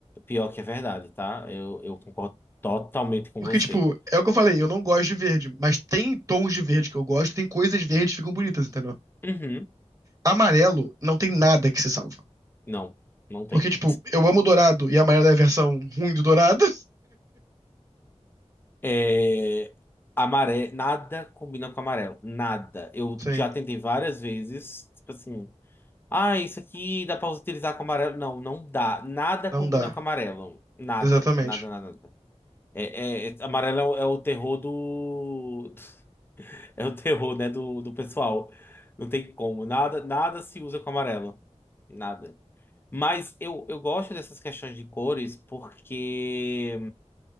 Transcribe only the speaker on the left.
pior que é verdade, tá? Eu, eu concordo totalmente com
você.
Uhum,
não, não tem.
É, amare... Nada combina com amarelo, nada. Eu
já tentei várias vezes, tipo assim, ah, isso aqui dá pra utilizar com amarelo. Não, não dá. Nada combina
com amarelo. Nada,
nada, nada, nada. É, é- é- amarelo é o é o terror do. <laughs> <laughs> É o terror, né, do, do pessoal. Não tem como. Nada, nada se usa com amarelo. Nada. Mas eu, eu gosto dessas questões de cores porque